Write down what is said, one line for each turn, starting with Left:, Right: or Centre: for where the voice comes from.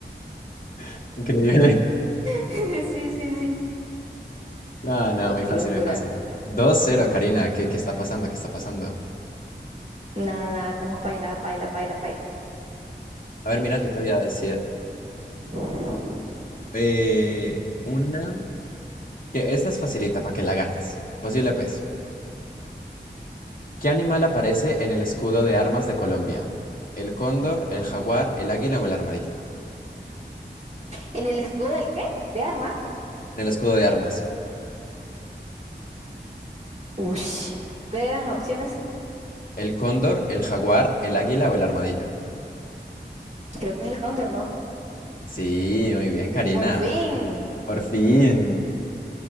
Left: <laughs> increíble.
Right: <laughs> Sí, sí, sí.
Left: No, no,
Right: Oh,
Left: muy
Right: qué
Left: fácil,
Right: locura.
Left: muy fácil. dos cero Karina. ¿Qué, qué está pasando? ¿Qué está pasando?
Right: Nada, nada, estamos paila, paila, paila, paila.
Left: A ver, mira, yo te voy a decir
Right: Ujú.
Left: eh, una. Que esta es facilita para que la ganes. Posible, pues. ¿Qué animal aparece en el escudo de armas de Colombia? ¿El cóndor, el jaguar, el águila o el armadillo?
Right: ¿En el escudo del qué? ¿De arma?
Left: En el escudo de armas.
Right: Ush. ¿Cuáles eran las opciones?
Left: ¿El cóndor, el jaguar, el águila o el armadillo?
Right: Creo que es el cóndor, ¿no?
Left: Sí, muy bien, Karina.
Right: Por fin.
Left: Por fin.